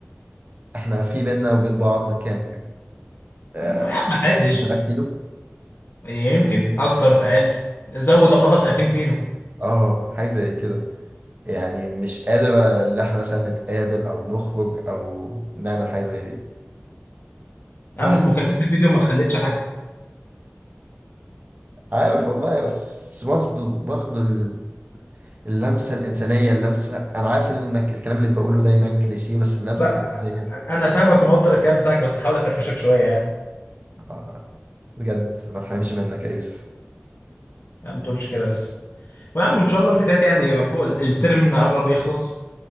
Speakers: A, on the right; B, on the left.
A: إحنا في بينا وبين بعض كام؟ آه،
B: يا عم ما تعدش
A: 10000 كيلو؟
B: يمكن اكتر اقل زود او نقص 2000 كيلو
A: آه حاجة زي كده يعني مش قادر اللي احنا مثلا نتقابل او نخرج او نعمل حاجة زي دي
B: يا
A: ف
B: عم المكالمات الفيديو ما خلتش حاجه
A: عارف والله بس برضه برضه ال- اللمسة الإنسانية اللمسة أنا عارف إن المك... الكلام اللي بقوله ده يبان كليشيه بس اللمسة
B: لا
A: الإنسانية
B: انا فاهمك ومقدر الكلام بتاعك بس بحاول افرفشك شويه يعني
A: آه، بجد ما تحرمش منك يا يوسف
B: يا عم ما تقولش كده بس ويا عم ان شاء الله انت كده كده يعني فوق ال- الترم قرب يخلص